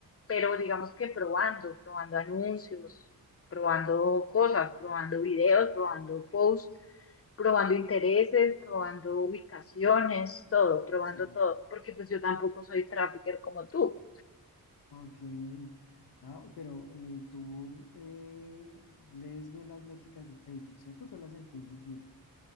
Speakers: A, on the left; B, on the left.
A: pero digamos que probando, probando anuncios, probando cosas, probando videos, probando posts, probando intereses, probando ubicaciones, todo, probando
B: Sí,
A: todo, porque pues yo tampoco soy trafficker como tú.
B: ok. Ah, pero eh, tú eh, lees bien las métricas de Facebook, ¿cierto? Tú las entiendes bien.